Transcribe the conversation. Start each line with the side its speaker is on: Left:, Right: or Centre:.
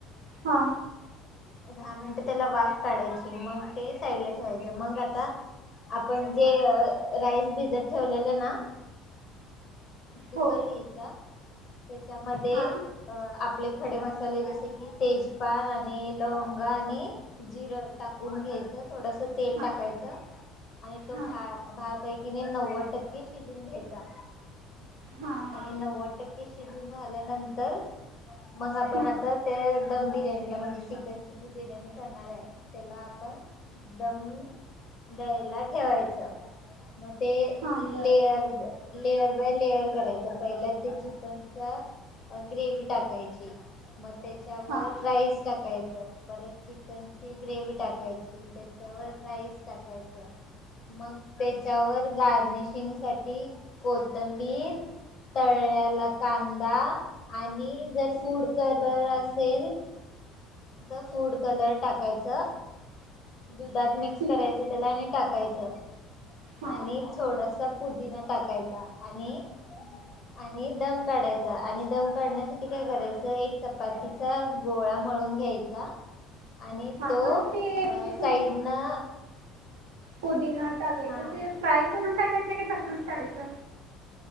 Right: हा
Left: दहा मिनट त्याला वाफ काढायची. मग ते साईडला ठेवायच. मग आता आपण जे राईस भिजत ठेवलेलं ना कुकर
Right: हो
Left: घ्यायचा त्याच्यामध्ये
Right: हा
Left: अ आप ले खडे मसाले जसे की तेजपान आणि लवंगा आणि जिरं टाकून घ्यायचं. थोडस तेल
Right: हा
Left: टाकायचं आणि तो
Right: हा
Left: भा भात हाय की नाही नव्वद टक्के शिजून घ्यायचा.
Right: हा हा
Left: आणि नव्वद टक्के शिजून झाल्यानंतर मग आपण
Right: हा
Left: आता ते दम बिर्याणीला म्हणजे चि कणची जी बिर्याणी करणार आहे त्याला आपण दम द्यायला ठेवायचं. ते
Right: हा
Left: लेअर
Right: बर
Left: लेअर बाय लेअर करायचा पहिला ते चिकनचा ग्रेवी टाकायची मग त्याच्यावर
Right: हा
Left: राईस टाकाय परत चिकनची ग्रेवी टाकायची त्याच्यावर राईस टाकायच मग त्याच्यावर गार्निशिंग साठी कोथंबीर तळलेला कांदा आणि जर फूड कलर असेल तर फूड कलर टाकायच. दुधात मिक्स
Right: ठीक
Left: करायच त्याला आणि टाकायचं.
Right: हा
Left: आणि थोड पुदीना टाकायचा आणि आणि दम काढायचा आणि दम काढण्यासाठी काय करायचं एक चपातीचा गोळा मळून घ्याय आणि
Right: हा
Left: तो
Right: मग ते
Left: साईड
Right: जे
Left: न
Right: पूदीना टाकायच
Left: हा
Right: ते फ्राय करून टाकायचं का तसच टाकायचं.